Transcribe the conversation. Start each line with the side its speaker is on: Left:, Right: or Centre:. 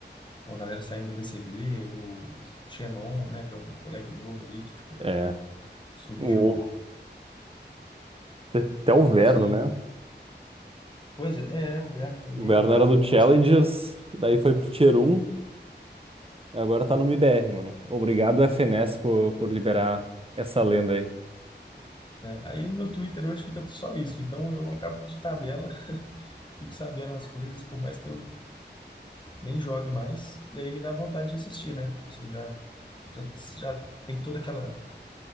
Left: uma galera saindo do VCB, o Xenon, né? Que é um moleque novo ali que, tipo,
Right: É.
Left: surgiu
Right: O... Até
Left: o Cortezinho.
Right: o Verno, né?
Left: Pois é, é, o Verno também,
Right: O Verno
Left: um cara
Right: era
Left: que
Right: do
Left: eu nem
Right: Challengers,
Left: sabia.
Right: daí foi pro Tier um agora tá no MIBR, mano. Obrigado, FNES, por, por liberar essa lenda aí.
Left: Aí no meu Twitter hoje fica só isso. Então eu acabo que de tabela <laughs> fico sabendo as coisas, por mais que eu nem jogue mais, e aí me dá vontade de assistir, né? Tipo assim, já, já, já tem toda aquela,